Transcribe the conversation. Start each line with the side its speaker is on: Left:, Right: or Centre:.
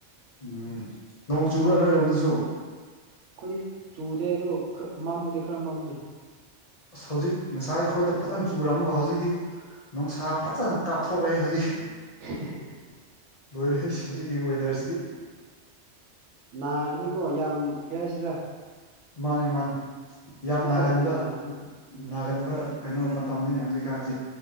Left: ꯎꯝ ꯅꯣꯡ ꯆꯨꯕꯔꯥ ꯅꯣꯏꯔꯣꯝꯗꯁꯨ
Right: ꯑꯩꯈꯣꯏꯒꯤ ꯆꯨꯗꯦ ꯑꯗꯣ ꯈꯔ ꯃꯝꯕꯗꯤ ꯈꯔ ꯃꯝꯃꯦ
Left: ꯑꯁ ꯍꯧꯖꯤꯛ ꯉꯁꯥꯏ ꯑꯩꯈꯣꯏꯗ ꯐꯖꯅ ꯆꯨꯔꯝꯃꯒ ꯍꯧꯖꯤꯛꯇꯤ ꯄꯍ ꯅꯨꯡꯁꯥ ꯐꯖꯅ ꯀꯥꯞꯊꯣꯔꯛꯑꯦ ꯍꯨꯖꯤꯛ
Right: <unintelligible>
Left: ꯂꯣꯏꯔꯦ ꯍꯧꯖꯤꯛꯀꯤ ꯋꯦꯗꯔꯁꯤꯗꯤ
Right: ꯅꯅꯥꯍꯔꯅꯤꯀꯣ ꯌꯥꯝ ꯀꯌꯥ ꯍꯥꯏꯁꯤꯔ
Left: ꯃꯥꯅꯦ ꯃꯥꯅꯦ ꯌꯥꯝ
Right: ꯏꯂꯥꯏ
Left: ꯅꯥꯒꯟꯕ
Right: ꯂꯥꯏꯅ ꯅꯥꯕꯅꯦ ꯎꯝ
Left: ꯅꯥꯒꯟꯕ ꯀꯩꯅꯣ ꯃꯇꯝꯅꯤꯅꯦ ꯍꯧꯖꯤꯛꯀꯥꯟꯁꯦ